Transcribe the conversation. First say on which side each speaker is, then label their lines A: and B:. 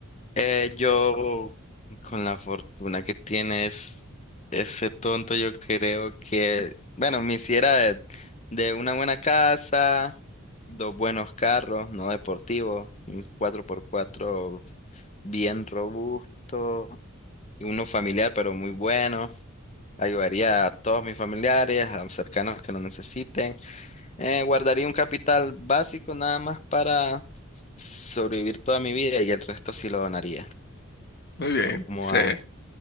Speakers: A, on the left (about 30°); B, on the left (about 50°).
A: Eh, yo, con la fortuna que tienes, ese tonto, yo creo que, bueno, me hiciera de, de una buena casa, dos buenos carros, no deportivos, un cuatro por cuatro bien robusto y uno familiar, pero muy bueno. Ayudaría a todos mis familiares, a cercanos que lo necesiten. Eh, guardaría un capital básico nada más para sobrevivir toda mi vida y el resto sí lo donaría.
B: Muy bien,
A: Como
B: sí,
A: a